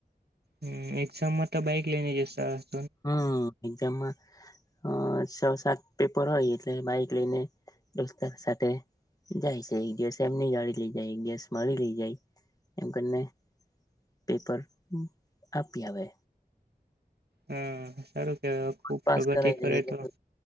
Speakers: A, on the right; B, on the left.
A: હમ્મ એકઝામમા તો બાઈક લેને જસા -
B: હા એક્ઝામમાં અ છ સાત પેપર હોય એટલે બાઈક લઈને દોસ્ત સાથે જાય છે એક દિવસ એમની ગાડી લઈ જાય એક દિવસ મળી લઈ જાય એમ કરીને પેપર આપી આવે
A: હમ્મ સારું કેવા ખુબ
B: પાસ
A: પ્રગતિ
B: કરાવી
A: કરે
B: દે એટલે
A: તો